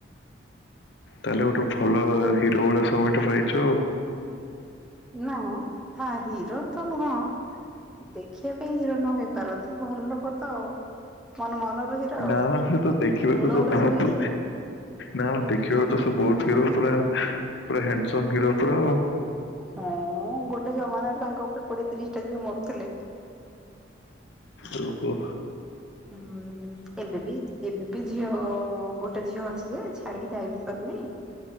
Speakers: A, on the left (about 60°); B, in the centre.
A: ତାହେଲେ ଗୋଟେ ଭଲ ହିରୋ ଭଳିଆ ସମେଟ ପାଇଛ ଆଉ।
B: ନା ହଁ ହିରୋ ତ ନୁହଁ। ହ ଦେଖିବା ପାଇଁ ହିରୋ ନ ହେଇପାରନ୍ତି ଭଲ ଲୋକ ତ ଆଉ। ମନ ମନ ରୁ ହିର
A: ନା
B: ଆଉ
A: ନା ସେ ତ ଦେଖିବାକୁ
B: ଗୁଡ
A: ତ
B: ହୁଡା
A: ବହୁତ
B: ସବୁ ହିର ଆଉ।
A: ନା ମ ଦେଖିବାକୁ ତ ସ ବହୁତ ହିରୋ ପୁରା ପୁରା ହ୍ୟାଣ୍ଡସମ ହିରୋ ପୁରା।
B: ହଁ ଗୋଟେ ଜମାନାରେ ତାଙ୍କ ଉପରେ କୋଡିଏ ତିରିଶ ଟା ଝିଅ ମରୁଥିଲେ।
A: ଓଁ ହୋ
B: ହୁଁ ଏବେ ବି ଏବେ ବି ଝିଅ ଗୋଟେ ଝିଅ ଅଛି ଯେ ଛାଡିକି ଯାଇବି ପାରୁନି।